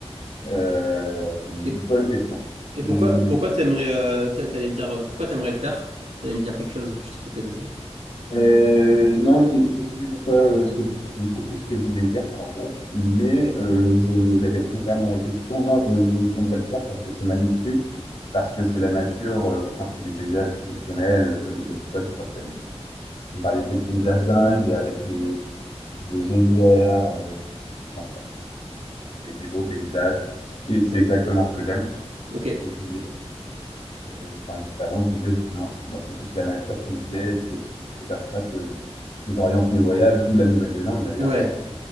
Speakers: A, on the left (about 65°); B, on the right (about 85°).
A: Euh,
B: Et,
A: bonne question. Tu-
B: et pourquoi, pourquoi t'aimerais, euh, t'a- t'allais me dire, euh, pourquoi t'aimerais le faire? T'allais me dire quelque chose, je t'ai coupé, désolé.
A: euh, non, je, je sais plus pourquoi euh, ce que je, je ne sais plus ce que je voulais dire, pardon. Mais euh, je vais répondre quand même à la question. Non, je, j'aimerais le faire parce que c'est magnifique, parce que c'est la nature. euh, Enfin, c'est des paysages exceptionnels. Euh, Yellowstone, je crois qu'il y a une, une variété de paysages dingues et avec des, des geysers. euh, enfin, des, des beaux paysages. Et c'est exactement ce que j'aime.
B: Ok,
A: Et Je disais, euh, enfin, juste avant, je disais justement, c'est- moi, c'est plus la nature qui me plaît. C'est ce- c'est vers ça que, que j'oriente mes voyages, d'où la Nouvelle-Zélande d'ailleurs.
B: ouais,
A: hein. c'est